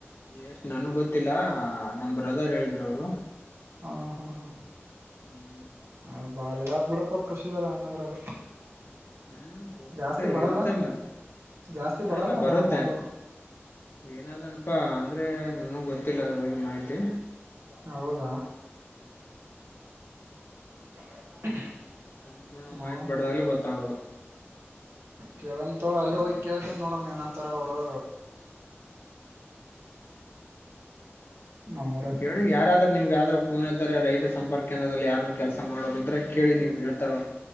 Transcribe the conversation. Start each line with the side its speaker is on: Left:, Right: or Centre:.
Left: ಎಷ್ಟ್ ನನ್ಗ್ ಗೊತ್ತಿಲ್ಲ ನಮ್ ಬ್ರದರ್ ಹೇಳಿದರು ಅವರು.
Right: ಹಾ ಹಾ ಹಾ
Left: ಹ್ಮು
Right: ಹಾ ಬಾಳ ಇರಾದ್ ಬಿಡಪ್ಪ ಪ್ರೊಸೀಸ್ಸರ್ ಹಂಗಂದ್ರೆ ಅದು.
Left: ಹ್ಮು ಮತ್ತೆ
Right: ಜಾಸ್ತಿ ಬರಲ್ಲ
Left: ಇರುತ್ತೆ ಮತ್ತೆ
Right: ಜಾಸ್ತಿ
Left: ಅವೆಲ್ಲ
Right: ಬರಲ್ಲ ಅಂದ್ರ
Left: ಬರುತ್ತೆ.
Right: ಅಮೌಂಟ್ ಅದು
Left: ಏನಾದನಪ್ಪಾ ಅಂದ್ರೆ ನನ್ಗು ಗೊತ್ತಿಲ್ಲ ಅದರ ಬಗ್ಗೆ ಮಾಹಿತಿ.
Right: ಹೌದಾ <unintelligible>
Left: ಸಂಪೂರ್ಣ
Right: ನೋಡ
Left: ಮಾಹಿತಿ <unintelligible> ಗೊತ್ತಾಗೋದು.
Right: ಕೇಳಂತಗೋ ಅಲ್ಲೇ ಹೋಗಿ ಕಳ್ತನ್ ನೋಡುನ್ ಏನಂತಾರ ಅವರು ನಮ್ಮೂರಲ್ಲಿ
Left: ಕೇಳ ಯಾರಾದ್ರರು ನಿಮ್ಗೆ ಯಾವಾದ್ರರು ಖುನ್ ಇದ್ದಾರೆ ರೈತ ಸಂಪರ್ಕ <unintelligible> ಯಾರ ಕೆಲಸ ಮಾಡೋರು ಇದ್ರೆ ಕೇಳಿ ನೀವು ಹೇಳ್ತಾರ ಅವ್ರು.